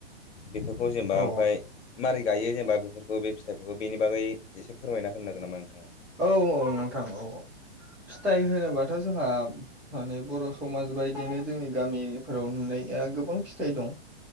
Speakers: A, on the left; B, in the centre.
A: बेफोरखौ जेनेबा
B: औ
A: ओमफाय। मारै गायो जेनेबा बेफोरखौ बे फिथाइफोरखौ बेनि बागै एसे फोरमायना होनोनांगोन नामा नोंथाङा।
B: औ औ नोंथां औ औ फिथाइ होनोबाथ' जोंहा माने बर'सु समाज बायदिनो जोंनि गामिफोराव नुनाया गोबां फिथाइ दं।